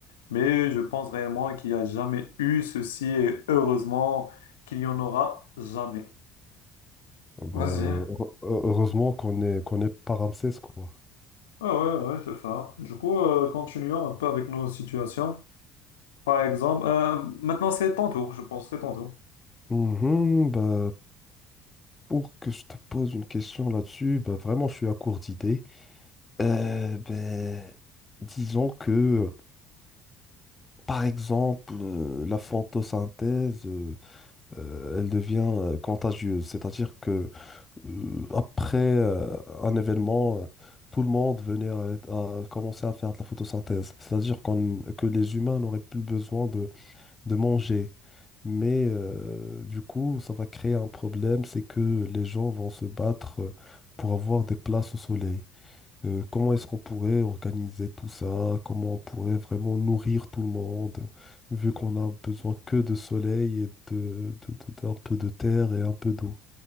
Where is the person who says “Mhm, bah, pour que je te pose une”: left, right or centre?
Left